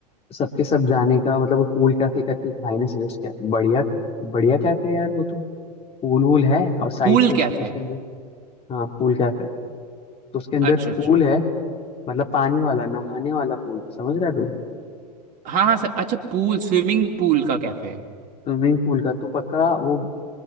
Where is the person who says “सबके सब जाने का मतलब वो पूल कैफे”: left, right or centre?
Left